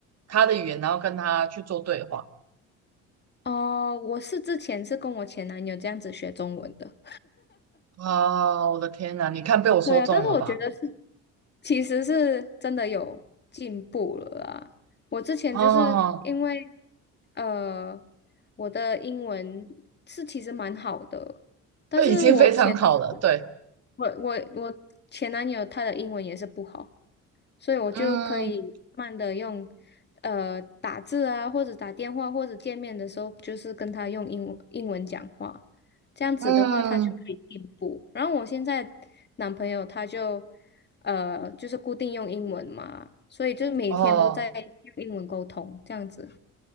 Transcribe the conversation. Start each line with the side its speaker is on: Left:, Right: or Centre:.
Right: 他的语言，然后跟他去做对话。
Left: 哦、我是之前是跟我前男友这样子学中文的。
Right: 啊，我的天呐，你看被我说中了吧？
Left: 对啊，但是我觉得是其实是真的有进步了啊！我之前就是因为
Right: 哦，
Left: 呃，我的英文是其实蛮好的，但是我前男友
Right: 这已经非常好了，对，
Left: 我我我前男友他的英文也是不好，所以我就可以慢慢的用，
Right: 嗯
Left: 呃，打字啊，或者打电话，或者见面的时候，就是跟他用英文英文讲话，这样子的话，
Right: 嗯，
Left: 他就可以进步。然后我现在男朋友他就，呃，就是固定用英文嘛，所以就是每天都在用英文沟通，
Right: 哦。
Left: 这样子。